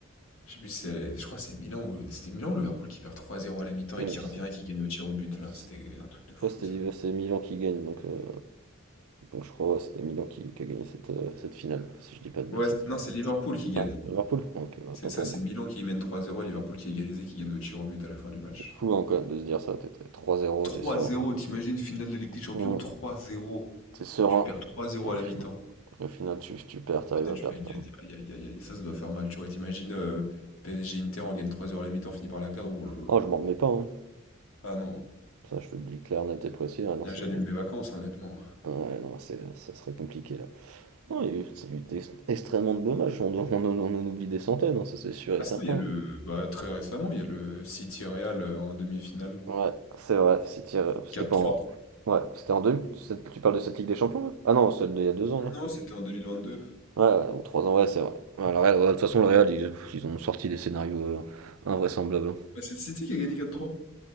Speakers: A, on the left; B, on the right.
A: Je sais plus si c'est, je crois que c'est Milan ou c'était Milan ou Liverpool qui perd 3-0 à la mi-temps
B: C'était...
A: et qui
B: mais
A: revient
B: c'est-
A: et qui gagne au tir au but là.
B: c'est-
A: C'était un truc
B: Je
A: de fou
B: crois que c'était
A: ça.
B: l'hiver- c'est Milan qui gagne, donc, euh, donc je crois ouais, c'était Milan qui, qui a gagné cette, euh, cette finale, si je dis pas de bêtises.
A: Ouais, c'est- non, c'est Liverpool qui gagne.
B: Ah, Liverpool? Ok, autant
A: C'est ça,
B: pour
A: c'est
B: moi.
A: Milan qui mène 3-0 et Liverpool qui a égalisé qui gagne au tir au but à la fin du match.
B: C'est fou hein, quand même de se dire ça, t'es t'es 3-0,
A: 3-0,
B: t'es serein.
A: t'imagines finale de Ligue des Champions
B: Mm.
A: 3-0.
B: T'es serein.
A: Tu perds 3-0
B: Et
A: à la mi-temps.
B: au au final tu, tu perds,
A: Et
B: t'arrives
A: finale,
B: à
A: tu
B: perdre
A: la gagnes.
B: quand même.
A: Aïe aïe aïe aïe, ça ça doit faire mal, tu vois. T'imagines euh, PSG Inter on gagne 3-0 à la mi-temps, on finit par la perdre. Ouh là là là
B: Oh
A: là.
B: je m'en remets pas hein.
A: Ah non.
B: Ça je te le dis clair, net et précis. Ah non
A: Là
B: c'est.
A: j'annule mes vacances hein, honnêtement.
B: Ouais non c'est ça serait compliqué là. Non, il y a eu, c'est eu d'ex- extrêmement de dommages. on, doit- on, en- on en oublie des centaines, hein, ça c'est sûr et
A: Ah
B: certain.
A: sinon, il y a le bah, très récemment, il y a le City Real euh, en demi-finale.
B: Ouais, c'est vrai, City, euh, c'était
A: quatre
B: pas
A: trois
B: en. Ouais, c'était en deux. c'est- Tu parles de cette Ligue des Champions là? Ah non, celle d'il y a deux ans là.
A: Non, c'était en 2022.
B: Ouais, ouais, ou trois ans, ouais, c'est vrai. Ouais, le Real, ouais, de toute façon, le Real, ils, ils ont sorti des scénarios euh, invraisemblables. hein.
A: Bah, c'est le City qui a gagné quatre trois